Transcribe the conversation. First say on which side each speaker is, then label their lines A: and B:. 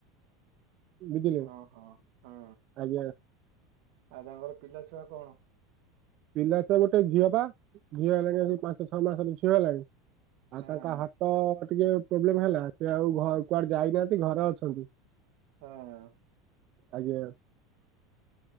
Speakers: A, on the right; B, on the right.
A: ବୁଝିଲେ।
B: ଓହୋ ହଁ
A: ଆଜ୍ଞା
B: ଆଉ ତାଙ୍କର ପିଲାଛୁଆ କଣ?
A: ପିଲା ଛୁଆ ଗୋଟେ ଝିଅ ବା ଝିଅ ହେଲାଣି ସେଇ ପାଞ୍ଚ ଛଅ ମାସ ର ଝିଅ ହେଲାଣି।
B: ହଁ
A: ଆଉ ତାଙ୍କ ହାତ ଟିକେ ପ୍ରୋବ୍ଲେମ ହେଲା। ସେ ଆଉ ଘ କୁଆଡେ ଯାଇନାହାନ୍ତି ଘରେ ଅଛନ୍ତି।
B: ହଁ।
A: ଆଜ୍ଞା।